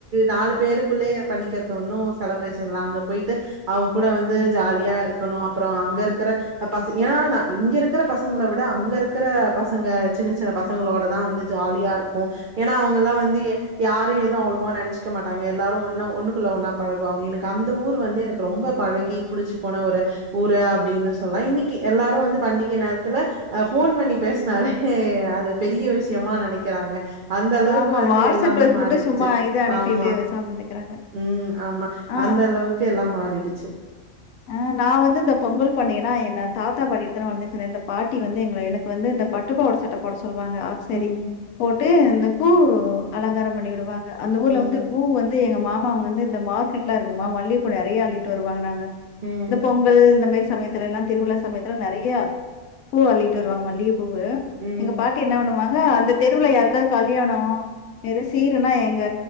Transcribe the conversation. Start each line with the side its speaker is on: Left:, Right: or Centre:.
Right: நாலு பேருக் குள்ளயே பண்ணிக்கிறது ஒன்னு செலப்ரேஷன்லா அங்க போய்ட்டு அவுங்க கூட வந்து ஜாலியா இருக்கணு அப்புற அங்க இரு க்கற பச ஏனா நா இங்க இருக்கற பசங்கள விட அங்க இருக்கற பசங்க சின்ன சின்ன ப சங்களோட தா வந்து ஜாலியா இருக்கு ஏன்னா அவுங்கல்லா வந்து யாரு எதுவு அவ்ளவா நென்ச்சுக்க மாட்டாங்க எல்லாரு ஒன்னா ஒன்னுக்குள்ள ஒன்னா பழகுவாங்க எனக்கு அந்த ஊரு வந்து எனக்கு ரொம்ப பழகி புடிச்சு போன ஒரு ஊரு அப்டின்னு சொல்லா இன்னிக்கி எல்லாரு வந்து பண்டிகை நேரத்துல அ ஃபோன் பண்ணி பேஸ்னாலே அது பெரிய விஷ் யமா நெனக்கிறாங்க அந்த அளவுக்கு
Left: ஆமா.
Right: வந்து
Left: வாட்ஸ்அப்ல
Right: எல்லாமே மாறிடுச்சு
Left: மட்டும் சும்மா இத அனுப்பிட்டு
Right: ஆம்மா
Left: பேசாம இருந்துக்கிறாங்க.
Right: ம் ஆம்மா
Left: ஆ.
Right: அந்த அளவுக்கு எல்லா மாறிடுச்சு
Left: ஆ நா வந்து இந்த பொங்கல் பண்டிகன்னா என்ன தாத்தா பாட்டிகிட்ட தான வளந்தே சொன்னே இந்த பாட்டி வந்து எங்கள எனக் கு வந்து இந்த பட்டுப்பாவாட சட்ட போட சொல்வாங்க ஆஃப்சாரி
Right: ம்
Left: போட்டு இந்த பூ அலங்காரம் பண்ணிவிடு வாங்க அந்த ஊர்ல
Right: ம்
Left: வந்து பூ வந்து எங்க மா மாங்க வந்து இந்த மார்க்கெட்லா இருக்குமா மல்லிப்பூ நெறயா அள்ளிட்டு வருவாங்க நாங்க
Right: ம்
Left: இந்த பொங்கல் இந்த மாரி சமயத் துலலா திருவிழா சமயத்தில நெறயா பூ அள்ளிட்டு வருவாங்க மல்லிய பூவு
Right: ம்
Left: எங்க பா ட்டி என்ன பண்ணுவாங்க அந்த தெருவுல யாருக்காவது கல்யாணோ எதோ சீருனா எங்க